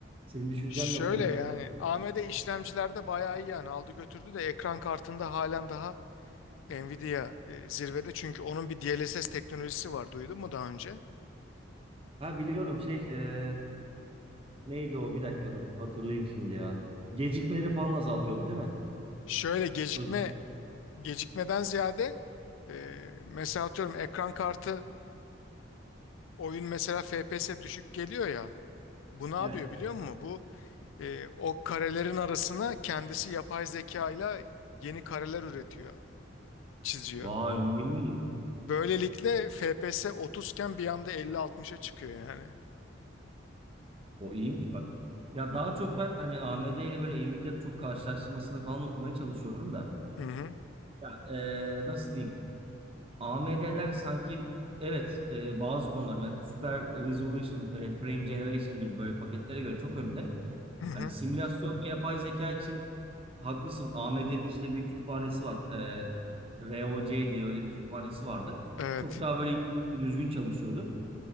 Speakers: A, on the right (about 30°); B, on the left (about 75°).
A: Senin düşüncen
B: Şöyle
A: ne o konuda?
B: yani AMD işlemcilerde bayağı iyi yani aldı götürdü de ekran kartında halen daha Nvidia e, zirvede çünkü onun bir DLSS teknolojisi var duydun mu daha önce?
A: Ha biliyorum şey e, neydi o? Bir dakika dur hatırlayayım şimdi ya. Gecikmeleri falan azaltıyordu değil mi?
B: Şöyle gecikme
A: Özel.
B: gecikmeden ziyade e, mesela atıyorum ekran kartı oyun mesela FPS düşük geliyor ya bu ne yapıyor
A: Evet.
B: biliyor musun? Bu e, o karelerin arasına kendisi yapay zeka ile yeni kareler üretiyor, çiziyor.
A: Vay onu bilmiyordum.
B: Böylelikle FPS 30 iken bir anda 50-60'a çıkıyor yani.
A: O iyiymiş bak. Ya daha çok ben hani AMD ile böyle Nvidia'nın çok karşılaştırmasını falan okumaya çalışıyorum da.
B: Hı hı.
A: Ya eee, nasıl diyeyim? AMD'ler sanki evet eee, bazı konular yani Super Resolution, eee, Frame Generation gibi böyle paketlere göre çok önde.
B: Hı hı.
A: Hani simülasyon ve yapay zeka için haklısın. AMD'nin işte bir kütüphanesi var. Eee ROC diye öyle bir kütüphanesi vardı.
B: Evet.
A: Çok daha böyle düzgün çalışıyordu.